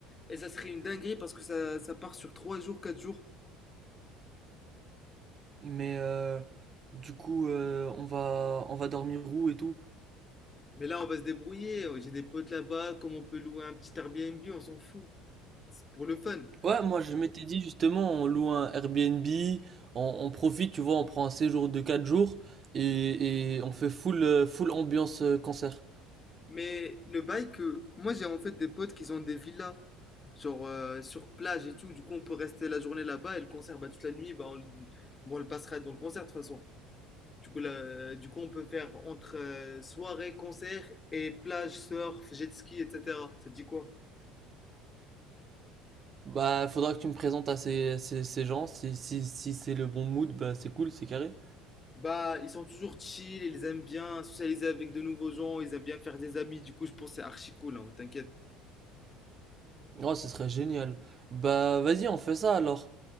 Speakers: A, on the left (about 25°); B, on the right (about 40°).
A: Et ça serait une dinguerie parce que ça, ça part sur 3 jours, 4 jours.
B: Mais euh, du coup euh, on va on va dormir où et tout.
A: Mais là, on va se débrouiller. Oh, J'ai des potes là-bas, comme on peut louer un petit Airbnb, on s'en fout. C'est pour le fun.
B: Ouais, moi je m'étais dit justement on loue un Airbnb, on, on profite, tu vois, on prend un séjour de 4 jours et, et on fait full euh, full ambiance euh, concert.
A: Mais le bail que moi, j'ai en fait des potes qui ont des villas sur, euh, sur plage et tout. Du coup, on peut rester la journée là-bas et le concert, bah, toute la nuit, bah, on, le- bon, on le passera dans le concert de toute façon. Du coup, là, du coup, on peut faire entre euh, soirée, concert et plage, surf, jet ski, etc. Ça te dit quoi?
B: Bah faudra que tu me présentes à ces, ces, ces gens, si, si, si c'est le bon mood, bah c'est cool, c'est carré.
A: Bah, ils sont toujours chill, ils aiment bien socialiser avec de nouveaux gens, ils aiment bien faire des amis, du coup, je pense que c'est archi cool, hein, t'inquiète.
B: Oh, ce serait génial. Bah, vas-y, on fait ça alors.